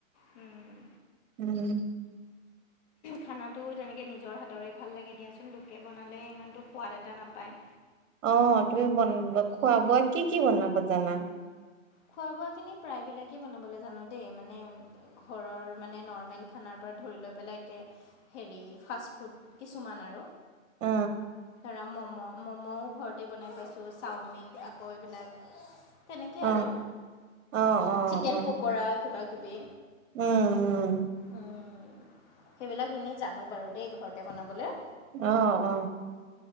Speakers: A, on the left (about 55°); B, on the right (about 60°).
A: উম।
B: উম।
A: খানাটো তেনেকৈ নিজৰ হাতৰে ভাল লাগে দিয়াচোন লোকে বনালে ইমানটো সোৱাদ এটা নাপায়।
B: অ', তুমি বন খোৱা বোৱা কি, কি বনাব জানা?
A: খোৱা বোৱা খিনি প্ৰায়বিলাকে বনাবলৈ জানো দেই মানে। ঘৰৰ মানে নৰ্মেল খানাৰ পৰা ধৰি লৈ পেলাই একে হেৰি ফাষ্টফুড কিছুমান আৰু
B: অ
A: ধৰা ম'ম'। ম'ম'ও ঘৰতে বনাই পাইছোঁ চাওমিন আকৌ এইবিলাক তেনেকৈ
B: অ
A: আৰু
B: অ অ
A: চিকেন
B: অ
A: পকৰা কিবা-কিবি
B: উম উম
A: উম। সেইবিলাক এনেই জানোঁ বাৰু দেই ঘৰতে বনাবলৈ।
B: অ অ